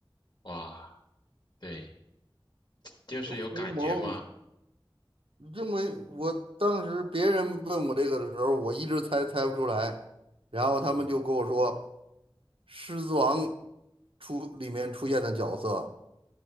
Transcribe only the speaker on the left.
哇，对，就是有感觉嘛。
嗯。